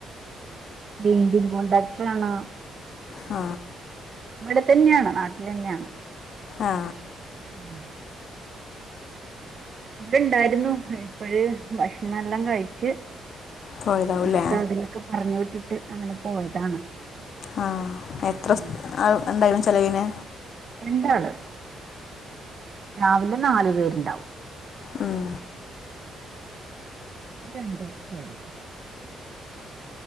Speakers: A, on the right; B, on the left.
A: പേയിൻ്റിംഗ് കോണ്ടാക്ട്രോണ്
B: ആ
A: ഇവിടെ തന്നെയാണ് നാട്ടിൽ തന്നെയാണ്
B: ആ
A: ഉം ഇവിടെ ഇണ്ടായിരുന്നു ഇപ്പഴ് ഭക്ഷണം എല്ലാം കഴിച്ച്
B: പോയതാവും അല്ലേ
A: ഇപ്പ അതിലൊക്കെ പറഞ്ഞു വിട്ടിട്ട് അങ്ങനെ പോയതാണ്
B: ആ എത്ര
A: ഉം.
B: സ്‌ഥ ആ എന്തായിരുന്നു ചെലവിന്
A: രണ്ടാള് രാവിലെ നാലു പേരുണ്ടാവും
B: ഉം
A: രണ്ട് പേര്